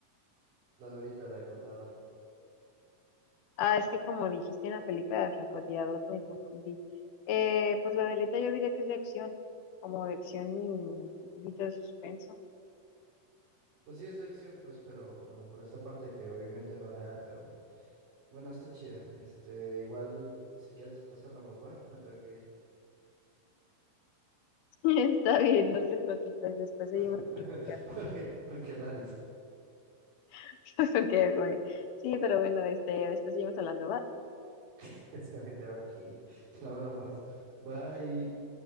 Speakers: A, on the right; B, on the left.
A: La de ahorita, la del contador.
B: Ah, es que como dijiste en la película del francotirador me confundí. Eh, pues la de ahorita yo diría que es de acción, como de acción y un poquito de suspenso.
A: Pues sí, es de acción, pues, pero bueno, por esta parte que obviamente no es real, pero Bueno, está chida. Este, igual, pues si quieres después hablamos, va, ahorita me tengo que ir.
B: <laughs> Está bien, no te preocupes, después
A: <laughs>
B: seguimos platicando.
A: Porque, porque la risa
B: <laughs> Ok, güey. Sí, pero bueno, este, después seguimos hablando, ¿va?
A: <laughs> se me tengo que ir. Luego hablamos. Bye.